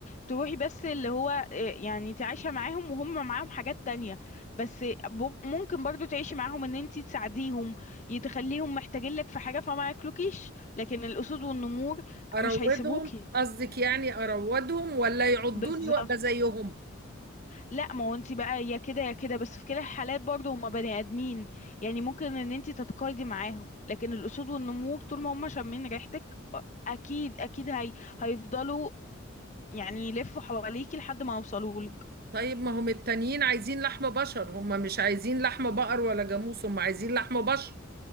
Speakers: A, on the left; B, on the right.
A: تروحي بس اللي هو إيه، يعني انت عايشه معاهم وهم معاهم حاجات تانية بس ب- ممكن برضو تعيشي معاهم ان انت تساعديهم يتخليهم محتاجين لك في حاجه فما ياكلوكيش لكن الاسود والنمور
B: اروضهم
A: مش هيسيبوكي
B: قصدك يعني اروضهم ولا يعضوني
A: بالظبط
B: وابقى زيهم
A: لا ما هو انت بقى يا كده يا كده بس في كلا الحالات برضو هما بني ادمين يعني ممكن ان انت تتقايضي معاهم لكن الاسود والنمور طول ما هما شامين ريحتك اكيد اكيد هي هيفضلوا يعني يلفوا حواليكي لحد ما يوصلولك
B: طيب ما هم التانيين عايزين لحم بشر هم مش عايزين لحم بقر ولا جاموس هم عايزين لحم بشر